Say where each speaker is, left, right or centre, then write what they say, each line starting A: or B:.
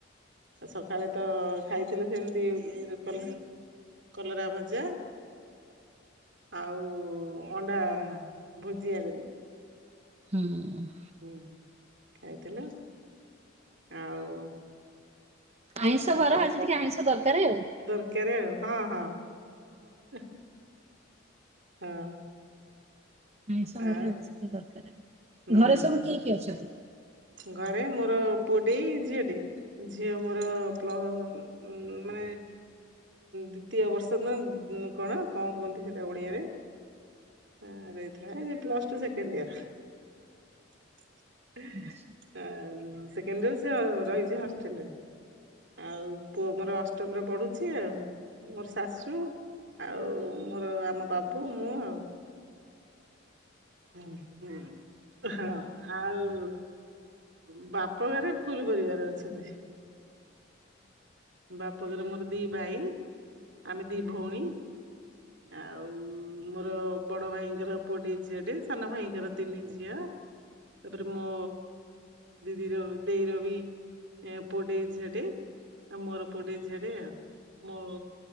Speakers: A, on the right; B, on the right.
A: ସକାଳେ ତ ଖାଇଥିଲେ ସେମିତି କଲେ କଲରା ଭଜା ଆଉ ଅଣ୍ଡା ଭୋଜିଆ ଦେଲି।
B: ହୁଁ।
A: ହୁଁ ଖାଇଥିଲୁ ଆଉ।
B: ଆଇଁଷ
A: ଆଉ
B: ବାର
A: କଣ
B: ଆଜି ଟିକେ ଆଇଁଷ ଦରକାର ଆଉ।
A: ଦରକାରେ ଆଉ ହଁ ହଁ। ହିଁ ହେ ହଁ।
B: ଆଇଁସ
A: ଆଉ
B: ବାରରେ <unintelligible> ଦରକାର।
A: ହୁଁ
B: ଘରେ ସବୁ କିଏ କିଏ ଅଛନ୍ତି?
A: ଘରେ ମୋର ପୁଅଟେଇ ଝିଅଟେ ଝିଅ ମୋର ପ୍ଲ ମାନେ
B: <inaudible>
A: ଦ୍ଵିତୀୟ ବର୍ଷ ଦିନ କଣ କଣ କୁହନ୍ତି ସେଟା ଓଡିଆରେ ଥିଲା ପ୍ଲସ୍ ଟୁ ସେକଣ୍ଡ ଇୟର
B: ଆଛା।
A: ଆଁ ସେଣ୍ଡ ଇଅର ସେ ରହିଛି ହଷ୍ଟେଲରେ। ଆଉ ପୁଅ ମୋର ଅଷ୍ଟମରେ ପଢୁଛି ଆଉ। ମୋର ଶାଶୁ ଆଉ ମୋର ଆମ ବାବୁ ମୁଁ ଆଉ। ହୁଁ ହୁଁ ହଁ। ଆଉ ବାପ ଘରେ ଫୁଲ ପରିବାର ଅଛନ୍ତି। ବାପ ଘରେ ମୋର ଦି ଭାଇ ଆମେ ଦି ଭଉଣୀ। ଆଉ ମୋର ବଡ ଭାଇଙ୍କର ପୁଅଟିଏ ଝିଅଟିଏ ସାନ ଭାଇଙ୍କର ତିନି ଝିଅ। ତାପରେ ମୋ ଦିଦିର ଦେଇ ର ବି ଏ ପଡେେଇ ଝଠେ ଆ ମୋର ପୁଅଟେ ଝିଅଟେ ଆ ମୋ